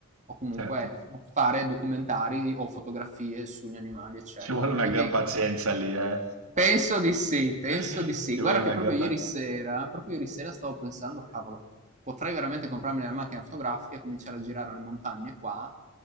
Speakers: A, on the right (about 35°); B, on the right (about 80°).
A: o comunque
B: certo.
A: f- fare documentari o fotografie sugli animali, eccetera.
B: Ci vuole una
A: Quindi
B: gran pazienza lì, eh.
A: penso di sì, penso
B: <laughs>
A: di sì.
B: Ci
A: Guarda
B: vuole una
A: che proprio
B: gran pazienza.
A: ieri sera, proprio ieri sera stavo pensando, cavolo, potrei veramente comprarmi una macchina fotografica e cominciare a girare alle montagne qua